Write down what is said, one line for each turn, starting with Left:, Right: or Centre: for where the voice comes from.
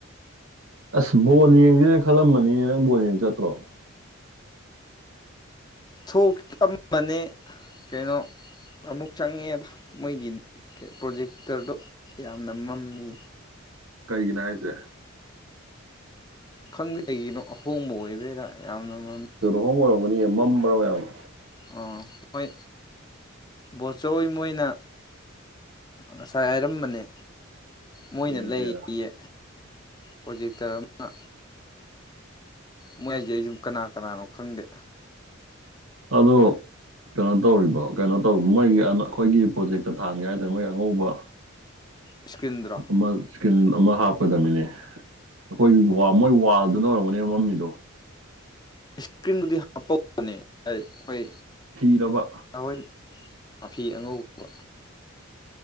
Right: ꯑꯁ ꯕꯣꯜ ꯌꯦꯡꯁꯤꯦꯅ ꯈꯜꯂꯝꯃꯅꯤꯅꯦ ꯅꯪ ꯕꯣꯜ ꯌꯦꯡ ꯆꯠꯇ꯭ꯔꯣ
Left: ꯊꯣꯛꯝꯕꯅꯦ ꯀꯩꯅꯣ ꯑꯃꯨꯛ ꯆꯪꯉꯦꯗ ꯃꯣꯏꯒꯤ ꯄ꯭ꯔꯣꯖꯦꯛꯇꯔꯗꯣ ꯌꯥꯝꯅ ꯃꯝꯃꯤ
Right: ꯀꯔꯤꯒꯤꯅꯣ ꯍꯥꯏꯁꯦ
Left: ꯈꯪꯗꯦ ꯀꯩꯒꯤꯅꯣ ꯑꯍꯣꯡꯕ ꯑꯣꯏꯗꯣꯏꯔꯥ ꯌꯥꯝꯅ ꯃꯝꯃꯤ
Right: ꯃꯍꯣꯡ ꯑꯣꯏꯔꯝꯒꯅꯤ ꯃꯝꯕ꯭ꯔꯥ ꯃꯌꯥꯝꯅ
Left: ꯑ ꯃꯣꯏ ꯕꯣꯠꯆꯧ ꯃꯣꯏꯅ ꯉꯁꯥꯏ ꯍꯥꯏꯔꯝꯕꯅꯦ ꯃꯣꯏꯅ
Right: ꯌꯦꯡꯁꯦꯅ
Left: ꯂꯩꯌꯦ ꯄ꯭ꯔꯣꯖꯦꯛꯇꯔ ꯑꯃ ꯃꯣꯏ ꯍꯥꯏꯁꯦ ꯑꯩ ꯁꯨꯝ ꯀꯅꯥ ꯀꯅꯥꯅꯣ ꯈꯪꯗꯦ
Right: ꯑꯗꯣ ꯀꯩꯅꯣ ꯇꯧꯔꯤꯕ ꯀꯩꯅꯣ ꯇꯧ ꯃꯣꯏꯒꯤ ꯑꯩꯈꯣꯏꯒꯤ ꯄ꯭ꯔꯣꯖꯦꯛꯇ ꯊꯥꯡꯉꯦ ꯍꯥꯏꯇꯥꯔꯦ ꯃꯣꯏ ꯑꯉꯧꯕ
Left: ꯏꯁꯀ꯭ꯔꯤꯟꯗꯨꯔꯣ
Right: ꯑꯃ ꯑꯃ ꯍꯥ ꯆꯠꯀꯗꯃꯤꯅꯦ ꯑꯩꯈꯣꯏ ꯃꯣꯏ ꯋꯥꯜꯗꯨꯅ ꯑꯣꯏꯔꯝꯒꯅꯦꯕ ꯃꯝꯃꯤꯗꯣ
Left: ꯏꯁꯀ꯭ꯔꯤꯟꯗꯨꯗꯤ ꯍꯥꯞꯄꯅꯤ ꯑꯩꯈꯣꯏ
Right: ꯐꯤꯔꯕ
Left: ꯍꯣꯏ ꯃꯥꯐꯤ ꯑꯉꯧꯕ